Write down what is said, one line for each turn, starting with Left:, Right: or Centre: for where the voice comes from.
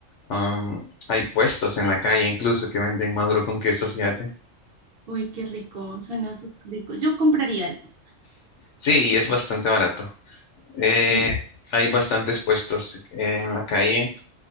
Left: am, hay puestos en la calle incluso que venden maduro con queso, fíjate.
Right: Uy, qué rico, suena súper rico. Yo compraría eso.
Left: Sí, y es bastante barato. Eh,
Right: Sí,
Left: hay bastantes puestos en la calle